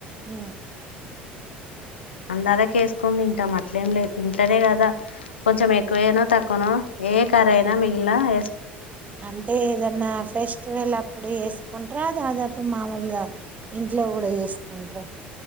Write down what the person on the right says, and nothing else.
ఆ
అంటే ఏదన్నా ఫెస్టివల్ అప్పుడు ఏసుకుంటారా దాదాపు మామూలుగా ఇంట్లో గుడా ఏసుకుంట్రా